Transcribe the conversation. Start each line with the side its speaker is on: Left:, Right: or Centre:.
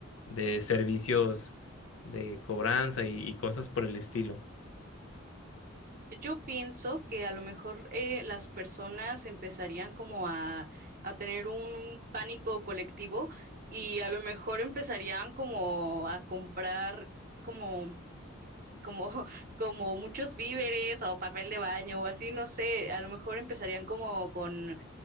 Left: de servicios de cobranza y y cosas por el estilo.
Right: Yo pienso que a lo mejor eh, las personas empezarían como a, a tener un pánico colectivo y a lo mejor empezarían como a comprar como, eh, como, <laughs> como muchos víveres o papel de baño o así, no sé, a lo mejor empezarían como con